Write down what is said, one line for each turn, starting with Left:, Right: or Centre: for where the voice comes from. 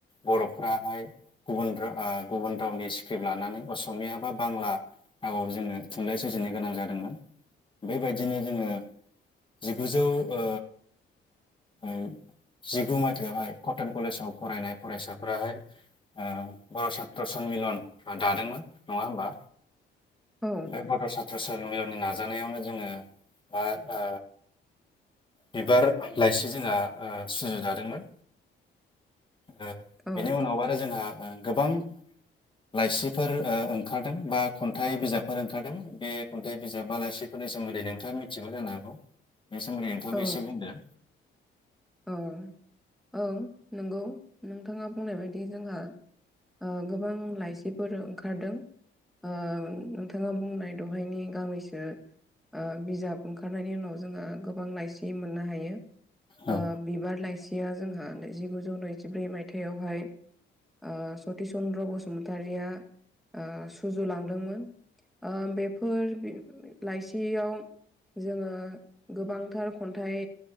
Left: बर'फ्राहाय गुबुन रा ओ गुबुन रावनि स्क्रिप्ट लानानै असमिया बा बांला औ औ जोङो थुनलाइ सोरजिनो गोनां जादोंमोन बेबायदिनो जोङो। जिगुजौ ओ ओ जिगु मायथाइयावहाय कटन कलेजाव फरायनाय फरायसाफोराहाय, आ बर' सात्र सनमिलन दादोंमोन नङा होमबा,
Centre: औ
Left: बे बडसा बोसोरनि उननि नाजानायावनो जोङो ओ ओ बिबार, लाइसि जोंहाआ ओ सुजुजादोंमोन ओ,
Centre: औ
Left: बेनि उनाव आरो जोंहा ओ गोबां। लाइसिफोर ओ ओंखारदों बा खन्थाइ बिजाबफोर ओंखारदों बे, खन्थाइ बिजाब आलासिफोरनि सोमोन्दै नोंथाङा मिथिबो जानो हागौ बे सोमोन्दै नोंथाङाबो
Centre: औ
Left: एसे बुंदो।
Centre: औ औ नंगौ नोंथाङा बुंनाय बायदि जोंहा, ओ गोबां लाइसिफोर ओंखारदों। ओ नोंथाङा बुंनाय दहायनि गांनैसो, ओ बिजाब ओंखारनायनि उनाव जोंहा गोबां लाइसि मोननो हायो।
Left: औ
Centre: ओ बिबार लाइसिया जोंहा जिगुजौ नैजिब्रै मायथाइयावहाय ओ सतिस चन्द्र बसुमतारिया ओ सुजुलांदोंमोन। ओ बेफोर लाइसियाव, जोङो गोबांथार खन्थाइ